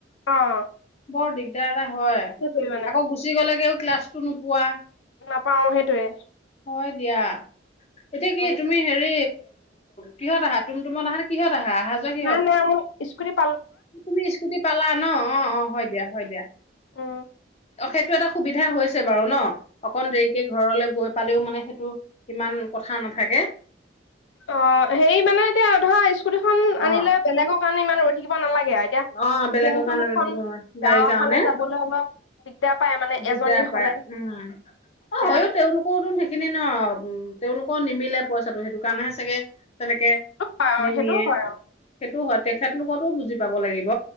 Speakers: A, on the left (about 75°); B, on the left (about 35°).
A: অ',
B: বৰ দিগদাৰ হয়,
A: সেইটোৱে মানে
B: আকৌ গুচি গ'লেগেও। ক্লাছটো নোপোৱা।
A: নাপাও সেইটোয়ে
B: হয় দিয়া এতিয়া
A: উম,
B: কি তুমি হেৰি কিহত আহা তমটোমত আহা নে কিহত আহা অহা যোৱা কিহত
A: নাই নাই স্কুতিত
B: তুমি স্কুটি পালা ন অ অ হয় দিয়া হয় দিয়া।
A: উম
B: এইটো এটা সুবিধা হৈছে বাৰু ন অকন দেৰিকে ঘৰলৈ গৈ পালেও মানে সেইটো ইমান কথা নাথাকে
A: অ হেৰি মানে এতিয়া ধৰা স্কু তি খন
B: অ
A: আনিলে বেলেগক কাৰণে ইমান ৰৈ থিব নালাগে আৰু এতিয়া
B: অ বেলেগৰ
A: তুম
B: কাৰণে
A: তুমখন
B: ৰৈ থাকিব নোৱাৰো
A: গাঁৱৰ
B: গাড়ীৰ কাৰণে
A: ফালে যাবলৈ অলপ দিগদাৰ পায় মানে
B: দিগদাৰ
A: এজনী
B: পায়
A: হলে
B: উম
A: এতিয়া
B: অ হয়ো তেওঁলোকৰওতম সেইখিনি নম তেওঁওলোকৰ নিমিলে পইচাটো সেইটো দোকানে চাগে তেনেকে
A: হয় অ
B: নিনিয়ে
A: সেইটোও হয় অ
B: সেইটো হয় তেখেতলোককো বুজি যাব লাগিব